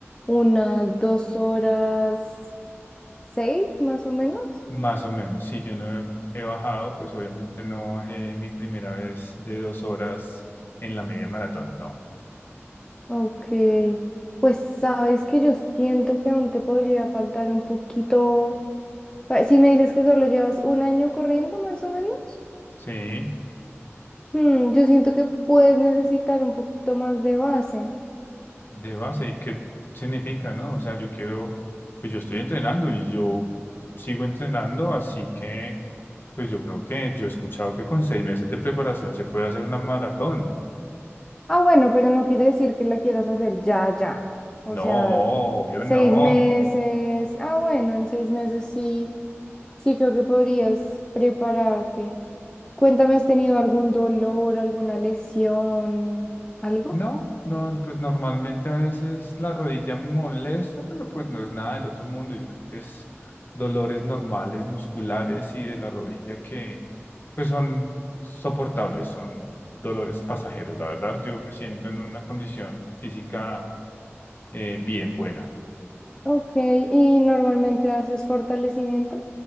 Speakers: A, on the left; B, on the left.
A: unas dos horas seis más o menos.
B: Más o menos, sí, yo no he, he bajado, pues obviamente no bajé mi primera vez de dos horas en la media maratón, no.
A: Ok, pues sabes que yo siento que aún te podría faltar un poquito. pa- Si me dices que solo llevas un año corriendo más o menos,
B: Sí,
A: mm, yo siento que puedes necesitar un poquito más de base.
B: de base, ¿y qué significa, no? O sea, yo quiero, pues yo estoy entrenando y yo sigo entrenando, así que, pues yo creo que yo he escuchado que con seis meses de preparación se puede hacer una maratón.
A: Ah, bueno, pero no quiere decir que la quieras hacer ya, ya. O
B: No,
A: sea,
B: yo
A: seis
B: no.
A: meses. Ah, bueno, en seis meses sí, sí creo que podrías prepararte. Cuéntame, ¿has tenido algún dolor, alguna lesión, algo?
B: No, no, pues normalmente a veces la rodilla molesta, pero pues no es nada del otro mundo. Yo creo que es dolores normales, musculares y de la rodilla que pues son soportables, son dolores pasajeros. La verdad, yo me siento en una condición física eh, bien buena.
A: Ok, ¿y normalmente haces fortalecimiento?